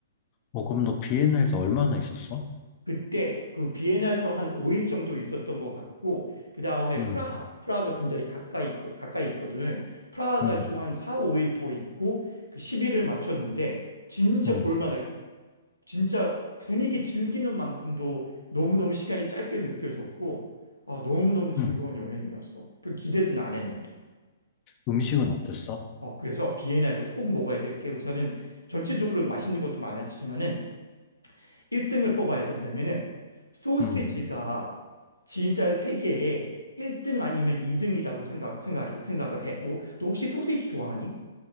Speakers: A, on the left (about 30°); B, on the left (about 85°).
A: 어, 그럼 너 비엔나에서 얼마나 있었어?
B: 그때 그 비엔나에서 한 5일 정도 있었던 것 같고, 그 다음에
A: 음,
B: 프라하, 프라하가 굉장히 가까이, 있거- 가까이 있거든. 프라하 가지고
A: 음,
B: 한 4, 5일 더 있고, 그 10일을 마쳤는데, 진짜
A: 음,
B: 볼만한 진짜 분위기 즐기는 만큼도 너무너무 시간이 짧게 느껴졌고, 어, 너무너무 즐거운
A: 음.
B: 여행이었어. 별 기대는 안 했는데.
A: 음식은 어땠어?
B: 어, 그래서 비엔나에서 꼭 먹어야 될 게 우선은 전체적으로 맛있는 것도 많았지만은 1등을 뽑아야 된다면은 소시지가
A: 음,
B: 진짜 세계에 1등 아니면 2등이라고 생각, 생각, 생각을 해. 너, 너 혹시 소시지 좋아하니?